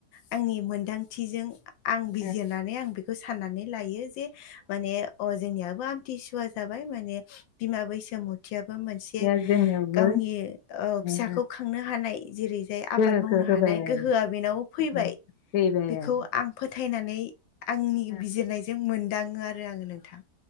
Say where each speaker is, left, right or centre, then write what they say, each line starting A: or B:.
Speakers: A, on the left; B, on the left.
A: आंनि मोनदांथिजों आं बिजिरनानै
B: ओ
A: आं बेखौ साननानै लायो जे माने अ जोंनियाबो आमथिसुवा जाबाय माने बिमा बैसोमथियाबो मोनसे
B: खोथिया जोंनियावबो
A: गावनि फिसाखौ
B: ओ
A: खांनो हानाय जेरै जाय आबाद
B: गोहोखौ
A: मावनो
B: होबाय
A: हानाय गोहोआ बेनाव
B: आरो
A: फैबाय
B: फैबाय
A: बेखौ
B: आरो
A: आं फोथायनानै आंनि
B: ओ
A: बिजिरनायजों मोनदाङो आरो आङो नोंथां।